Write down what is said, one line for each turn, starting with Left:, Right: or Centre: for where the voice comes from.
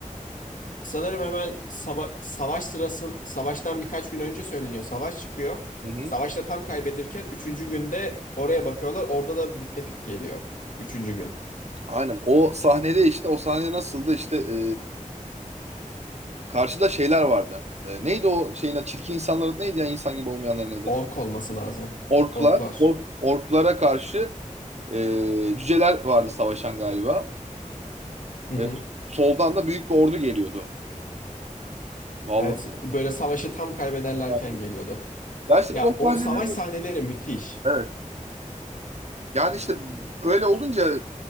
Left: Sanırım hemen sava- savaş sırasın savaştan birkaç gün önce söyleniyor. Savaş çıkıyor.
Right: Hı hı.
Left: Savaşta tam kaybedirken üçüncü günde oraya bakıyorlar. Orada da müttefik geliyor. Üçüncü gün.
Right: Aynen o sahnede işte o sahne nasıldı işte e, karşıda şeyler vardı. E, neydi o şeyin adı? Çirkin insanların adı neydi ya insan gibi olmayanların adı?
Left: Ork olması lazım.
Right: Orklar.
Left: Orklar.
Right: Or- orklara karşı e, cüceler vardı savaşan galiba.
Left: Hı hı.
Right: E, soldan da büyük bir ordu geliyordu. Vallahi.
Left: Evet, böyle savaşı tam kaybederlerken
Right: Aynen.
Left: geliyordu.
Right: Ya işte
Left: Ya
Right: biz o
Left: o
Right: sahneleri
Left: savaş sahneleri müthiş.
Right: evet. Yani işte öyle olunca